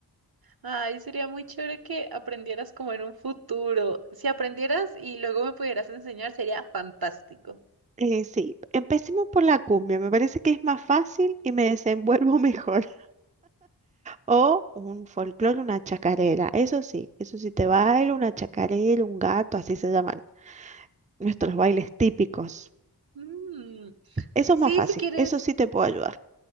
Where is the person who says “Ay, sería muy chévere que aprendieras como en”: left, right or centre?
Right